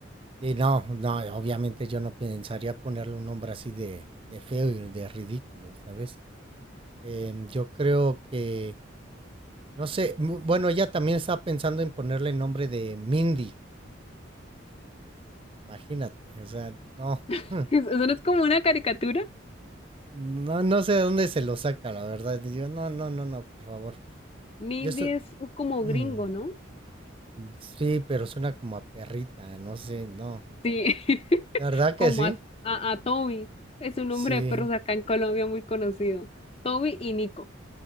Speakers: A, on the right (about 30°); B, on the left (about 30°).
A: y no, no, obviamente yo no pensaría ponerle un nombre así de, de feo y de ridículo, ¿sabes? Em, yo creo que, no sé, mu- bueno, ella también estaba pensando en ponerle el nombre de Mindy Imagínate, o sea, no. <laughs>
B: <laughs> Eso no es como una caricatura.
A: No, no sé de dónde se lo saca, la verdad. Y yo, no, no, no, no, por favor.
B: Mindy
A: Yo estoy...
B: es como
A: <clears throat>
B: gringo, ¿no?
A: Sí, pero suena como a perrita, no sé, no.
B: Sí, <laughs>
A: ¿De verdad que
B: como
A: sí?
B: a, a, a Toby, es un
A: Sí,
B: nombre de perros acá en Colombia muy conocido. Toby y Nico.